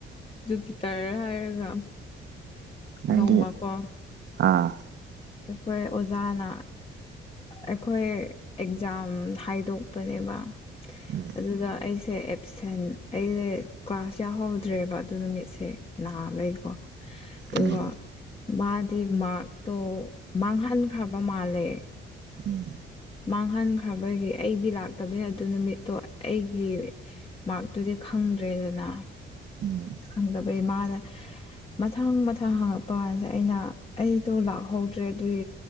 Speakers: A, on the left; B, on the right.
A: ꯖꯨꯄꯤꯇꯔ ꯍꯥꯏꯔꯒ
B: ꯅꯪꯗꯤ
A: ꯅꯣꯡꯃꯀꯣ
B: ꯑꯥ
A: ꯑꯩꯈꯣꯏ ꯑꯣꯖꯥꯅ ꯑꯩꯈꯣꯏ ꯑꯦꯛꯖꯥꯝ ꯍꯥꯏꯗꯣꯛꯄꯅꯦꯕ
B: ꯎꯝ
A: ꯑꯗꯨꯗ ꯑꯩꯁꯦ ꯑꯦꯞꯁꯦꯟ ꯑꯩꯖꯦ ꯀ꯭ꯂꯥꯁ ꯌꯥꯎꯍꯧꯗ꯭ꯔꯦꯕ ꯑꯗꯨ ꯅꯨꯃꯤꯠꯁꯦ ꯅꯥꯕꯩꯀꯣ ꯑꯗꯨꯒ
B: ꯎꯝ
A: ꯃꯥꯗꯤ ꯃꯥ‍꯭ꯔꯛꯇꯣ ꯃꯥꯡꯍꯟꯈ꯭ꯔꯕ ꯃꯥꯜꯂꯦ
B: ꯎꯝ
A: ꯃꯥꯡꯍꯟꯈ꯭ꯔꯕꯒꯤ ꯑꯩꯗꯤ ꯂꯥꯛꯇꯕꯅꯤꯅ ꯑꯗꯨ ꯅꯨꯃꯤꯠꯇꯣ ꯑꯩꯒꯤ ꯃꯥ꯭ꯔꯛꯇꯨꯗꯤ ꯈꯪꯗ꯭ꯔꯦꯗꯅꯥ
B: ꯎꯝ
A: ꯈꯪꯗꯕꯩ ꯃꯥꯅ ꯃꯊꯪ ꯃꯊꯪ ꯍꯪꯉꯛꯄ ꯀꯥꯟꯖꯤꯗ ꯑꯩꯅ ꯑꯩꯗꯣ ꯂꯥꯛꯍꯧꯗ꯭ꯔꯦ ꯑꯗꯨꯏ